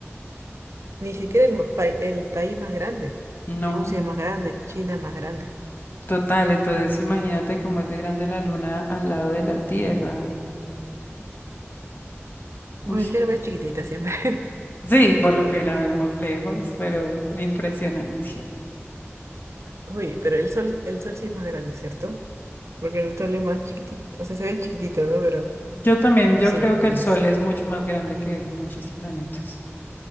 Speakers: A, on the right; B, on the left.
A: Ni siquiera el, ma- pa- el país más grande.
B: No,
A: Rusia es más grande, China es más grande.
B: total. Entonces, imagínate cómo es de grande la Luna al lado de la Tierra.
A: Bueno,
B: Ush.
A: yo la veo chiquitita siempre. <laughs>
B: Sí, por lo que la vemos lejos, pero impresionante.
A: Uy, pero el sol, el sol sí es más grande, ¿cierto? Porque el otro es más chiquitito. O sea, se ve chiquitito, ¿no? Pero
B: Yo también, yo
A: sí,
B: creo
A: inmenso.
B: que el Sol es mucho más grande que muchos planetas.